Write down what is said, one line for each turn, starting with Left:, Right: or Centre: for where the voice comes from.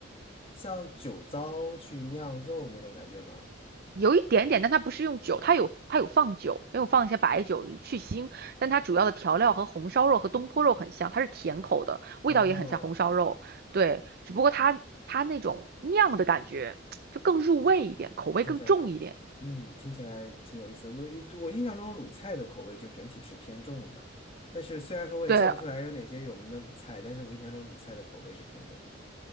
Left: 像酒糟去酿肉那种感觉吗？
Right: 有一点点，但它不是用酒，它有它有放酒，也有放一些白酒去腥，但它主要的调料和红烧肉和东坡肉很像，它是甜口的，味道也很像红烧肉，
Left: 哦。
Right: 对，只不过它它那种酿的感觉就更入味一点，口味更重一点，
Left: 听起来，嗯，听起来挺有意思。我我印象中鲁菜的口味就整体是偏重的，但是虽然说我也叫不出来有哪些有名的鲁菜，
Right: 对
Left: 但是我印象中鲁菜的口味是偏重的。